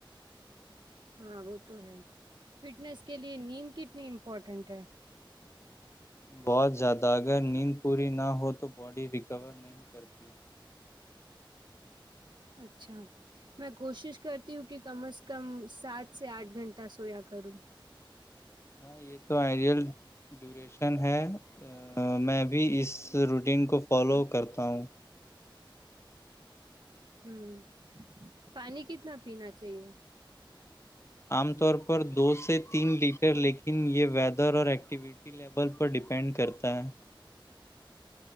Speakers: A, on the right; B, on the left.
A: ہاں وہ تو ہے فٹنس کے لیے نیند کتنی امپورٹینٹ ہے
B: بہت زیادہ اگر نیند پوری نہ ہو وہ تو باڈی ریکور نہیں کرتی
A: اچھا میں کوشش کرتی ہوں کہ کم از کم سات سے آٹھ گھنٹہ سویا کروں
B: ہاں یہ تو آئیڈیل ڈیوریشن ہے میں بھی اس روٹین کو فالو کرتا ہوں
A: ہوں پانی کتنا پینا چاہیے
B: عام طور پر دو سے تین لیٹ لیکن یہ ویدر اور ایکٹیویٹی لیول پر ڈیپینڈ کرتا ہے